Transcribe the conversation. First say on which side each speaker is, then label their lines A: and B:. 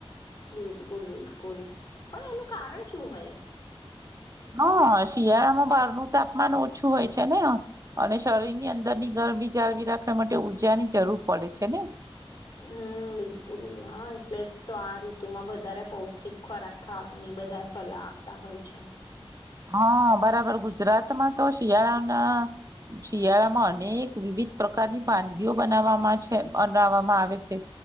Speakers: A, on the left (about 60°); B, on the right (about 35°).
A: બિલકુલ બિલકુલ પણ એનું કારણ શું હોય?
B: હા શિયાળામાં બહારનું તાપમાન ઓછું હોય છે ને અને શરીર ની અંદર ની ગરમી જાળવી રાખવા માટે ઊર્જા ની જરૂર પડે છે ને?
A: હમ્મ બિલકુલ હા એટલે જ તો આ ઋતુમાં વધારે પૌષ્ટિક ખોરાક ખાવાની બધા સલાહ આપતા હોય છે.
B: હા બરાબર ગુજરાતમાં તો શિયાળાના શિયાળામાં અનેક વિવિધ પ્રકારની વાનગીઓ બનાવવામાં છે બનાવામાં આવે છે